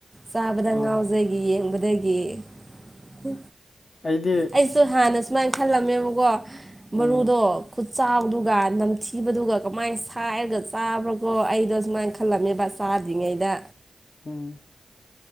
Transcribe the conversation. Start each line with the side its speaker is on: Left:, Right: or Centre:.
Right: ꯆꯥꯕꯗ
Left: ꯑꯣ
Right: ꯉꯥꯎꯖꯈꯤ ꯌꯦꯡꯕꯗꯒꯤ ꯎ
Left: ꯑꯩꯗꯤ
Right: ꯑꯩꯁꯨ ꯍꯥꯟꯅ ꯁꯨꯃꯥꯏꯅ ꯈꯜꯂꯝꯃꯦꯕꯀꯣ
Left: ꯎꯝ
Right: ꯃꯔꯨꯗꯣ ꯈꯨꯠꯆꯗ ꯑꯗꯨꯒ ꯅꯝꯊꯤꯕꯗꯨꯒ ꯀꯃꯥꯏꯅ ꯁꯥꯏꯔꯒ ꯆꯥꯕ꯭ꯔꯥꯒꯣ ꯑꯩꯗꯣ ꯁꯨꯃꯥꯏꯅ ꯈꯜꯂꯝꯃꯦꯕ ꯆꯥꯗ ꯍꯧꯔꯤꯉꯩꯗ
Left: ꯎꯝ